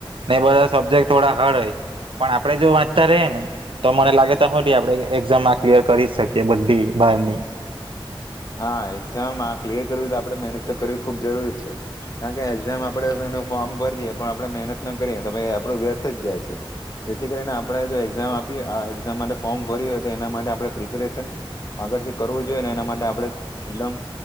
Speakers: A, on the right; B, on the left.
A: ને એ બધા સબ્જેક્ટ થોડા હાર્ડ હોય, પણ આપડે જો વાંચતા રએ ને તો મને લાગે ત્યાં હુદી આપડે આ એક્ઝામમાં ક્લિયર કરી શકીએ, બધી બારની.
B: હા. એક્ઝામ આ ક્લિયર કરવી તો આપે મહેનત તો કરવી ખુબ જરૂરી છે. કારણ કે, એક્ઝામ આપ પડે વેનુ ફોમ ભર દિયે પણ આપણે મહેનત ન કરીએ તો આપણું વ્યર્થ જ જાય છે. જેથી કરીને આપણે જો એક્ઝામ આપીએ, આ એકઝામ માટે ફોર્મ ભરી્યું હોય, તો એના માટે આપણે પ્રિપેરેશન આગળથી કરવું જોઈએ, ને એના માટે આપણે એકદમ,